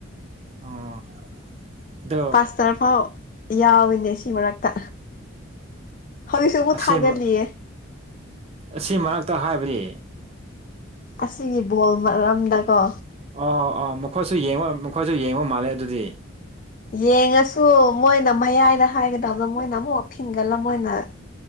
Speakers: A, on the right; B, on the left.
A: ꯑꯣ ꯑꯗꯣ
B: ꯄꯥꯁꯇꯔ ꯐꯥꯎ ꯌꯥꯎꯏꯤꯅꯦ ꯁꯤ ꯃꯔꯛꯇ ꯍꯧꯖꯤꯛꯁꯨ ꯑꯃꯨꯛ
A: ꯑꯁꯤ
B: ꯊꯥꯒꯠꯂꯤꯌꯦ
A: ꯃꯥ ꯑꯁꯤ ꯃꯔꯛꯇ ꯍꯥꯏꯕꯗꯤ
B: ꯑꯁꯤꯒꯤ ꯕꯣꯜ ꯃꯔꯝꯗꯀꯣ
A: ꯑꯣ ꯑꯣ ꯃꯈꯣꯏꯁꯨ ꯌꯦꯡꯕ ꯃꯈꯣꯏꯁꯨ ꯌꯦꯡꯕ ꯃꯥꯜꯂꯦ ꯑꯗꯨꯗꯤ
B: ꯌꯦꯡꯉꯁꯨ ꯃꯣꯏꯅ ꯃꯌꯥꯏꯗ ꯍꯥꯏꯒꯗꯕꯗ ꯃꯣꯏꯅ ꯑꯃꯨꯛ ꯐꯤꯡꯒꯜꯂ ꯃꯣꯏꯅ